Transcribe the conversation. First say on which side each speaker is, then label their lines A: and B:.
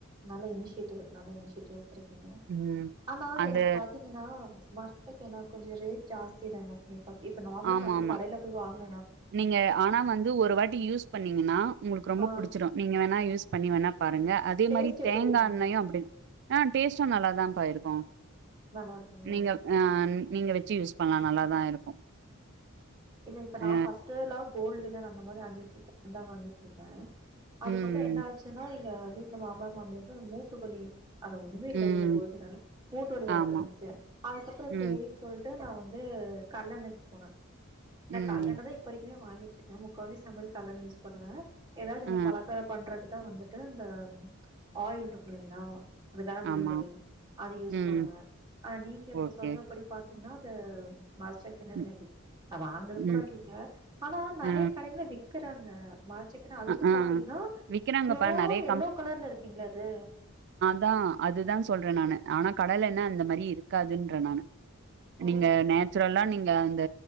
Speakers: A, on the right; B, on the right.
A: நல்ல இனிஷியேட்டிவ் நல்ல இனிஷியேட்டிவ் எடுத்திருக்கீங்க
B: ம்
A: ஆனா ஆனா
B: அந்த
A: எனக் பாத்தீங்கனா மரசெக் எண்ண கொஞ்சோ ரேட் ஜாஸ்தி தானே அப்டி பாத் இப்ப நார்மலா
B: ஆமா
A: நா போய்
B: ஆமா
A: கடைல போய் வாங்க
B: நீங்க ஆனா வந்து ஒரு வாட்டி யூஸ் பண்ணீங்கன்னா உங்ளுக்கு ரொம்ப
A: ஆ.
B: புடிச்சிடு நீங்க வேணா யூஸ் பண்ணி வேணா பாருங்க அதே
A: டேஸ்ட்
B: மாரி
A: எப்டி
B: தேங்கா
A: இருக்குங்க
B: எண்ணையு அப்டி ஆ டேஸ்ட்டு நல்லாதாப்பா இருக்கு
A: நல்லா இருக்குங்களா
B: நீங்க அ நீங்க வெச்சி யூஸ் பண்லா நல்லாதா இருக்கு
A: இல்ல இப்ப
B: ஆ
A: நா ஃபர்ஸ்டுலா கோல்டு் வின்னர் அந்த மாரி அஞ்சி லிட்ரு ந்தா வாங்கிட்ருப்பே அதுக்கப்றோ
B: ம்
A: என்ன ஆச்சின்னா இங்க வீட்ல மாமா மாமியாருக்லா மூட்டுவலி அத ஒண்ணுமே இல்ல
B: ம்
A: இல்லியா கோல்டு வின்னர்ல மூட்டு வலி வர்துனுச்சி
B: ஆமா
A: அதுக்கப்புறோ
B: ம்
A: சேரின் சொல் ட்டு நா வந்து கல்லெண்ணைக் போனே இந்த
B: ம்
A: கல்லெண்ணதா இப்பவரைக்குமே வாங்கிட்டுருக்கே முக்கால் வாசி சமையல் கல்லெண்ண யூஸ் பண்ணுவே ஏதாச்சி
B: ஆ
A: இந்த பலக்கரோ பண்ற இதா வந்துட்டு இந்த ஆயில்ருக்குல்லைங்ளா அந்த கணபதி
B: ஆமா
A: ஆயில் அத யூஸ்
B: ம்
A: பண்ணுவே ஆனா நீங்க இப்போ
B: ஓகே
A: சொல்றபடி பார்த்தீங்னா அது மர்செக் என்னது
B: ம்
A: நேக்யு நா வாங்னது
B: ம்
A: கூட இல்ல ஆனா நறய
B: ஆ
A: கடைங்ள வி்க்கறாங்க மரச்செக்குனா அது
B: அ
A: வந்து
B: ஆ
A: பாத்தீங்ன்னா
B: விக்கிறாங்கப்பா
A: ப்யோர்
B: நெறைய
A: எல்லோ கலர்ல இருக்கிங்ளே அது
B: தா அதுதா சொல்றே நானு ஆனா கடலெண்ண அந்த மரி இருக்காதுன்ற நானு
A: ஓ
B: நீங்க நேச்சுரல்லா நீங் ல அந்த